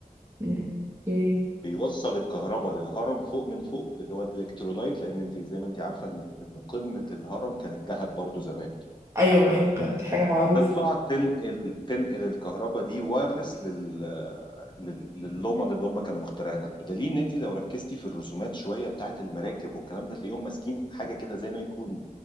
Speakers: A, on the right; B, on the left.
A: مم. اوكي
B: بيوصل الكهرباء للهرم فوق من فوق اللي هو الالكترولايت لان انت زي ما انت عارفه ان ان قمه الهرم كانت ذهب برضو زمان
A: ايوه ما ايوه كانت دي حاجه معروفه
B: تطلع تنقل تنقل الكهرباء دي وايرلس لل لل- لللومن اللي هم كانوا مخترعينها بدليل ان انت لو ركزتي في الرسومات شويه بتاعت المراكب والكلام ده تلاقيهم ماسكين حاجه كده زي ما يكون